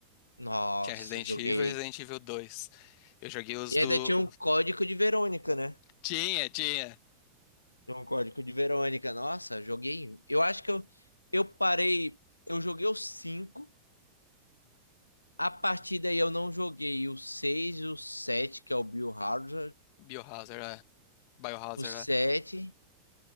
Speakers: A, on the left; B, on the left.
A: Nossa,
B: Tinha Resident
A: joguei.
B: Evil e Resident Evil 2. Eu joguei os
A: E
B: do...
A: ainda tinha um código de Verônica, né?
B: Tinha, tinha.
A: Tem um código de Verônica. Nossa, joguei. um. Eu acho que eu, eu parei. Eu joguei o cinco A partir daí eu não joguei o seis o sete que é o Biohazard.
B: Biohazard, é. Biohazard,
A: O sete
B: é.